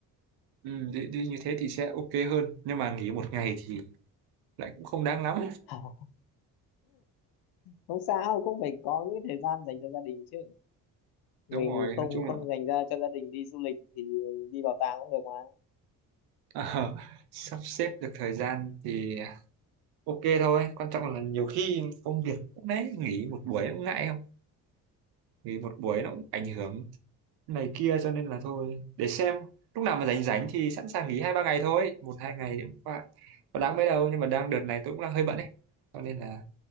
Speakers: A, on the right; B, on the left.
A: ừ đi, đi như thế thì sẽ ok hơn nhưng mà nghỉ một ngày thì lại cũng không đáng lắm
B: <laughs> không sao cũng phải có những thời gian dành cho gia đình chứ
A: <laughs> đúng
B: mình
A: rồi
B: không
A: nói chung
B: không
A: là
B: dành ra cho gia đình đi du lịch thì mình đi bảo tàng cũng được mà
A: ờ, <laughs> sắp xếp được thời gian thì ok thôi quan trọng là nhiều khi công việc cũng đấy nghỉ một buổi cũng ngại không nghỉ một buổi nó cũng ảnh hưởng này kia cho nên là thôi để xem lúc nào mà rảnh rảnh thì sẵn sàng nghỉ hai ba ngày thôi một hai ngày thì cũng qua có đáng mấy đâu nhưng mà đang đợt này tôi cũng đang hơi bận ấy cho nên là